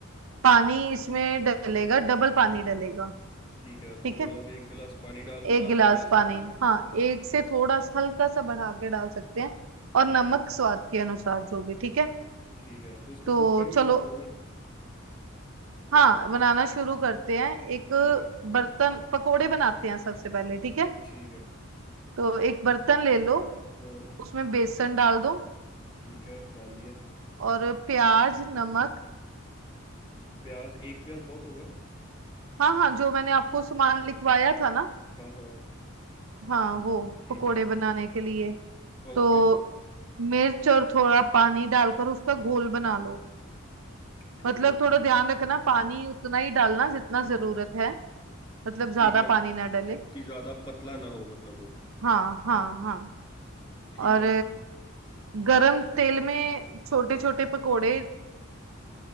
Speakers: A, on the right; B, on the left.
A: पानी इसमें डलेगा डबल पानी डलेगा
B: ठीक है तो
A: ठीक है
B: मतलब एक गिलास पानी डाल दूं
A: एक गिलास
B: आधा गिलास
A: पानी
B: चावल में
A: हाँ एक से थोड़ा सा हल्का सा बढ़ा के डाल सकते हैं और
B: ठीक
A: नमक
B: है
A: स्वाद के अनुसार जो भी ठीक है
B: ठीक है तो इसको
A: तो
B: कुकर में ही
A: चलो
B: बना लूँ मैं
A: हाँ बनाना शुरू करते हैं एक
B: ठीक है
A: बर्तन पकोड़े बनाते हैं सबसे पहले ठीक है
B: ठीक है
A: तो एक बर्तन ले लो
B: हाँ
A: उसमें बेसन डाल दो
B: ठीक है डाल दिया
A: और प्याज नमक
B: प्याज एक प्याज बहुत होगा
A: हाँ हाँ जो मैंने आपको सामान लिखवाया था ना
B: हाँ हाँ
A: हाँ वो
B: ठीक
A: पकोड़े
B: है
A: बनाने के लिए
B: ओके
A: तो मिर्च और थोड़ा पानी डालकर उसका घोल बना लो
B: ठीक
A: मतलब
B: है
A: थोड़ा ध्यान रखना पानी उतना ही डालना जितना जरूरत है मतलब ज्यादा
B: ठीक है
A: पानी ना डले
B: कि ज़्यादा पतला ना हो मतलब वो
A: हाँ हाँ हाँ
B: ठीक
A: और
B: है
A: गरम तेल में छोटे छोटे पकोड़े